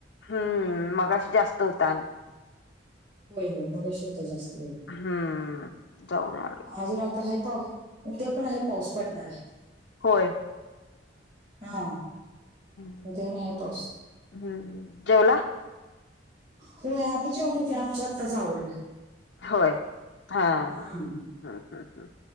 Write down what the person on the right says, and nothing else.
होय होय मग <inaudible> श होत जास्त होय,
अजून आता <inaudible> हा <inaudible> प उद्या पण आहे. पाऊस पडणार आहे.
हा.
उद्या आणि आहे पाऊस
होय आम्ही <inaudible> जे <inaudible> ओळखी आमच्या <inaudible> आत्ताचवरल
हम्म